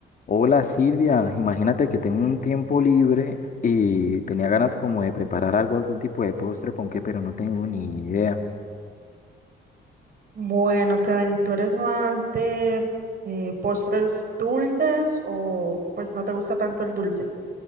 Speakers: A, on the left; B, on the right.
A: Hola Silvia, imagínate que tengo un tiempo libre y tenía ganas como de preparar algo, algún tipo de postre, ponqué, pero no tengo ni idea.
B: Bueno, Kevin, ¿y tú eres más de eh, postres dulces o pues no te gusta tanto el dulce?